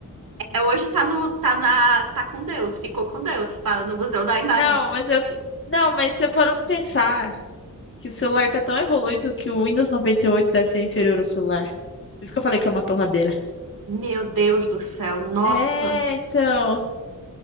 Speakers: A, on the right (about 80°); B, on the left (about 35°).
A: É, hoje tá no, tá na, tá com Deus, ficou com Deus, tá no Museu da Imagem
B: Não,
A: do
B: mas eu. Não, mas você parou pra pensar que o celular tá tão evoluído que o Windows 98 deve ser inferior ao celular. Por isso que eu falei que é uma torradeira.
A: Meu Deus do céu, nossa.
B: É, então.